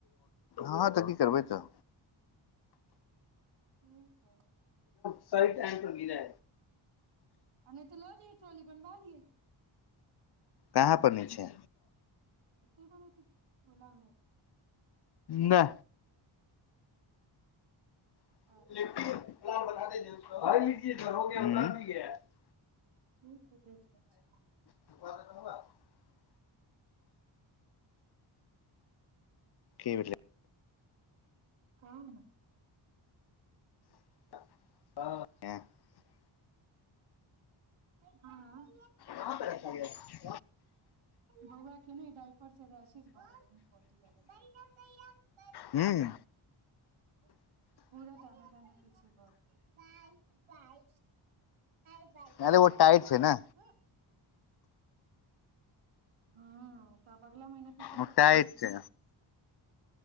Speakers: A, on the left; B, on the right.
A: हँ तऽ की करबै तऽ
B: ठीक है
A: सही टाइम पर गिरै
B: नहि तऽ लऽ जाइयै ट्रौली बनवा लियै
A: कहाँ बनै छै
B: एतै बनैत टोला मे
A: नहि <unintelligible>
B: अच्छा
A: <unintelligible>
B: ठीक हइ देख लै छी
A: सुप त कह <unintelligible> की भेलै
B: कहु ने
A: <inaudible>
B: हँ
A: कहाँ प रखा गय
B: बौआ के ने डाइपर से रैसेस <unintelligible>
A: हूं
B: पूरा दाना दाना पीछे ब <unintelligible> बाय बाय बाय
A: अरे ओ
B: बइ
A: टाइट छै ने
B: ह हँ पापा अगिला महिना दू टाका
A: ओ टाइट
B: खरीद देबै
A: छै
B: नइ हेते